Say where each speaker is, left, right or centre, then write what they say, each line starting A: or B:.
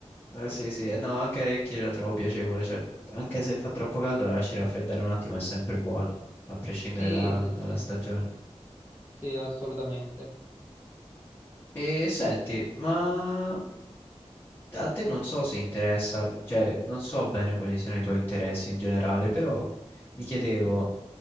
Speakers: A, on the left; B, on the right.
A: Eh, sì, sì, eh, no, anche anch'io la trovo piacevole, cioè, anche se fa troppo caldo, la lasci raffreddare un attimo è sempre buono, a prescindere
B: Sì,
A: da-
B: sì, sì.
A: dalla stagione.
B: Sì, assolutamente.
A: E senti, ma a te non so se interessa, cioè, non so bene quali siano i tuoi interessi in generale, però mi chiedevo,
B: Mhm.